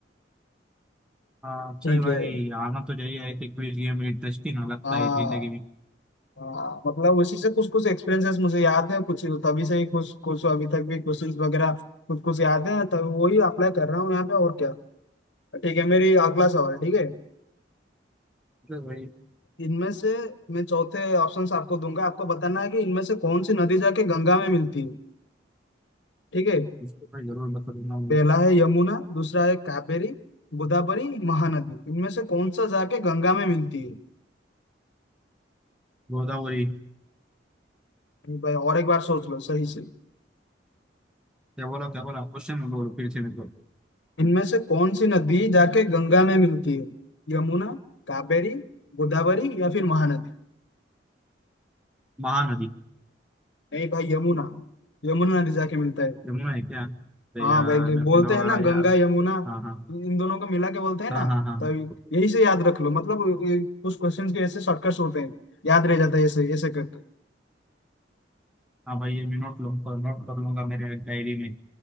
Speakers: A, in the centre; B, on the left.
A: हाँ
B: ठीक
A: चल भाई
B: है
A: आना तो चाहिए ऐसे क्विज गेम इंटरेस्टिंग लगता
B: हाँ
A: है जिंदगी में
B: हाँ मतलब उसी से कुछ कुछ एक्सपीरियंसेस मुझे याद है कुछ तभी से ही कुछ कुछ अभी तक भी क्वेश्चंस वगैरह कुछ कुछ याद है तभी वही अप्लाई कर रहा हूँ यहाँ पे और क्या ठीक है मेरी अगला सवाल ठीक है
A: चल भाई
B: इनमें से मैं चौथे ऑप्शंस आपको दूंगा आपको बताना है कि इनमें से कौन सी नदी जाके गंगा में मिलती है ठीक है
A: इसको भाई जरूर बताऊंगा मैं
B: पहला है यमुना दूसरा है कावेरी गोदावरी महानदी इनमें से कौन सा जाके गंगा में मिलती है
A: गोदावरी
B: भाई और एक बार सोच लो सही से
A: क्या बोला क्या बोला क्वेश्चन में बोलो फिर से मेरे को
B: इनमें से कौन सी नदी जाके गंगा में मिलती है यमुना कावेरी गोदावरी या फिर महानदी
A: महानदी
B: नहीं भाई यमुना यमुना नदी जाके मिलता है
A: यमुना है क्या अरे
B: हाँ
A: यार
B: भाई ये
A: मेरे
B: बोलते
A: को लगा
B: हैं ना गंगा
A: यार
B: यमुना
A: हाँ हाँ
B: इन दोनों को मिला के बोलते हैं ना
A: हाँ हाँ हाँ
B: तो
A: हाँ
B: यही से याद रख लो मतलब ये कुछ क्वेश्चंस के ऐसे शॉर्टकट्स होते हैं याद रह जाता है ऐसे ऐसे करके
A: हाँ भाई ये मैं नोट लूँ नोट कर लूंगा मेरे डायरी में